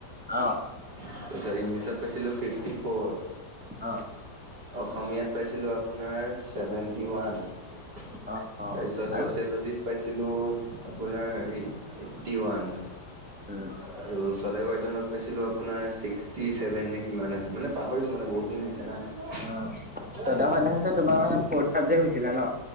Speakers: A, in the centre; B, on the right.
A: অহ।
B: তাৰপিছত ইংলিছত পাইছিলো ফিফটি ফৰ।
A: অ
B: অসমীয়াত পাইছিলোঁ আপোনাৰ চেভেণ্টি ওৱান। তাৰপিছত
A: অ অ আৰু
B: চচিয়লজিত? পাইছিলোঁ, আপোনাৰ হেৰি এইট্টি ওৱান
A: উম,
B: আৰু চদ ধনত পাইছিলো আপোনাৰ ছিক্সটি চভেন। কিমান আছিল? মানে পাহৰিছো মানে বহুত দিন হৈছে না।
A: স্বদেশ
B: হয়
A: অধ্যায়ন তোমাৰ মানে ফ'ৰ্ট চাবজেক্ট হৈছিলে ন?